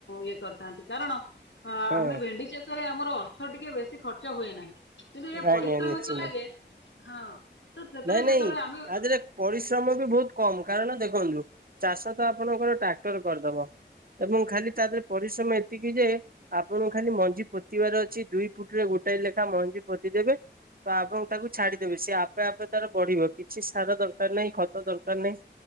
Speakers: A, on the left (about 80°); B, on the right (about 50°).
A: ଇଏ କରିଥାନ୍ତି କାରଣ ହଁ
B: ହଁ।
A: ଆମେ ଭେଣ୍ଡି ଚାଷ ରେ ଆମର ଅର୍ଥ ଟିକେ ବେଶି ଖର୍ଚ୍ଚ ହୁଏ ନାହିଁ। କିନ୍ତୁ ଏ ପରିଶ୍ରମିକ
B: ଆଜ୍ଞା ନିଶ୍ଚିନ୍ତ
A: ଲାଗେ ହଁ ତ ସେଥିରେ
B: ନାଇଁ ନାଇଁ
A: ଯେତେବେଳେ ଆମେ
B: ଆ ଦିଅରେ ପରିଶ୍ରମ ବି ବହୁତ କମ କାରଣ ଦେଖନ୍ତୁ ଚାଷ ତ ଆପଣଙ୍କର ଟ୍ରାକ୍ଟର୍ କରିଦବ। ଏବଂ ଖାଲି ତା ଦେହରେ ପରିଶ୍ରମ ଏତିକି ଯେ ଆପଣଙ୍କୁ ଖାଲି ମଞ୍ଜି ପୋତିିବାର ଅଛି ଦୁଇ ଫୁଟ୍ ରେ ଗୋଟାଏ ଲେଖା ମଞ୍ଜି ପୋତି ଦେବେ। ତ ଆପଣ ତାକୁ ଛାଡିଦେବେ ସିଏ ଆ ଆପେ ଆପେ ତାର ବଢିବ, କିଛି ସାର ଦରକାର ନାହିଁ, ଖତ ଦରକାର ନାହିଁ,